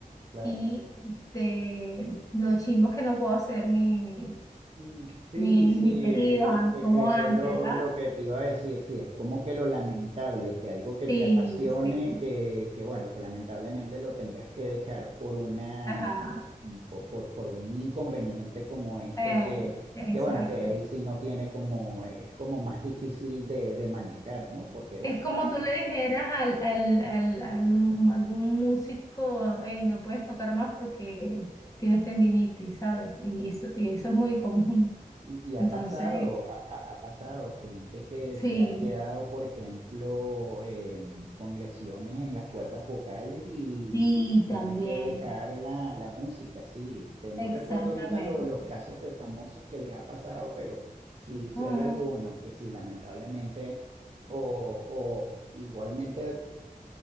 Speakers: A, on the right; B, on the left.
A: claro.
B: Y de los chimbos que no puedo hacer mi, mi,
A: Mm, Sí,
B: mi-
A: sí,
B: mis tejidos
A: eh, eh,
B: an-
A: eh,
B: como
A: eso
B: antes,
A: es lo,
B: ¿sabes?
A: lo que te iba a decir. Sí, es como que lo lamentable, que algo que
B: Sí,
A: te apasione,
B: sí.
A: que, que bueno, que lamentablemente lo tengas que dejar por una,
B: Ajá.
A: por, por, por un inconveniente como este,
B: eh,
A: que,
B: exacto.
A: que bueno, que ahí sí no tiene como, es como más difícil de, de manejar, ¿no? Porque bueno,
B: Es como
A: ya,
B: tú le dijeras al, al, al, al un- algún músico, hey, no puedes tocar más porque tienes tendinitis, ¿sabes? Y eso, y eso
A: claro.
B: es muy común.
A: Y, y ha
B: Entonces,
A: pasado, ha, ha- ha pasado gente que
B: Sí,
A: se ha quedado, por ejemplo, eh, con lesiones en las cuerdas vocales y,
B: sí,
A: y tiene
B: también,
A: que dejar la, la música, sí. Este, no
B: exactamente.
A: recuerdo ahorita lo- los casos de famosos que les ha pasado, pero sí, sí
B: Ajá.
A: hay algunos que sí, lamentablemente, o, o igualmente